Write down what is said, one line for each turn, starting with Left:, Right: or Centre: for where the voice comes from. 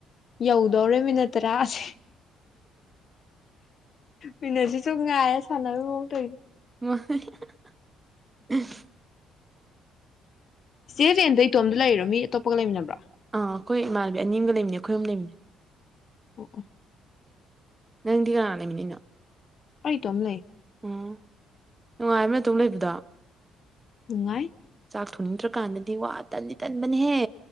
Left: ꯌꯧꯗꯧꯔꯦ ꯃꯤꯅꯠ ꯇꯔꯥꯁꯦ ꯃꯤꯅꯠꯁꯤ ꯆꯨꯡꯉꯥꯏꯔ ꯁꯥꯟꯅꯕꯩ ꯃꯑꯣꯡ ꯇꯧꯏꯗꯣ꯫
Right: <unintelligible>
Left: ꯆꯦ ꯔꯦꯟꯗ ꯏꯇꯣꯝꯇ ꯂꯩꯔꯤꯔꯣ ꯃꯤ ꯑꯇꯣꯞꯄꯒ ꯂꯩꯃꯤꯟꯅꯕ꯭ꯔꯣ꯫
Right: ꯑꯥ ꯑꯩꯈꯣꯏ ꯏꯃꯥꯟꯅꯕꯤ ꯑꯅꯤ ꯑꯝꯒ ꯂꯩꯃꯤꯟꯅꯩ ꯑꯩꯈꯣꯏ ꯑꯍꯨꯝ ꯂꯩꯃꯤꯅꯩ꯫
Left: ꯑꯣ ꯑꯣ꯫
Right: ꯅꯪ ꯗꯤ ꯀꯅꯥ ꯂꯩꯃꯤꯅꯩꯅꯣ꯫
Left: ꯑꯩ ꯇꯣꯝ ꯂꯩ꯫
Right: ꯎꯝ ꯅꯨꯡꯉꯥꯏꯕꯔ ꯅꯇꯣꯝ ꯂꯩꯕꯗꯣ꯫
Left: ꯅꯨꯡꯉꯥꯏ꯫
Right: ꯆꯥꯛ ꯊꯣꯡꯅꯤꯡꯗ꯭ꯔꯀꯥꯟꯗꯗꯤ ꯋꯥ ꯇꯟꯗꯤ ꯇꯟꯕꯅꯍꯦ꯫